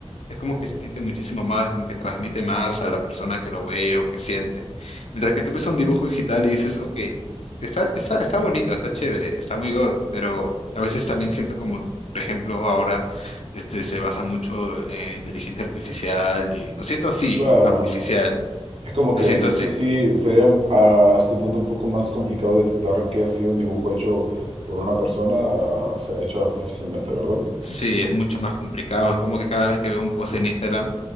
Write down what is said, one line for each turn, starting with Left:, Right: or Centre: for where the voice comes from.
Left: es como que se siente muchísimo más, como que transmite más a la persona que lo ve o que siente. Mientras que tú ves un dibujo digital y dices, ok, está, está, está bonito, está chévere, está muy god, pero a veces también siento como, por ejemplo, ahora este, se basa mucho en inteligencia artificial y lo siento así,
Right: Claro,
Left: artificial,
Right: es como que
Left: lo siento así.
Right: sí o sí sería un- a este punto un poco más complicado detectar que ha sido un dibujo hecho por una persona, o sea, hecho artificialmente, ¿verdad?
Left: Sí, es mucho más complicado. Es como que cada vez que veo un post en Instagram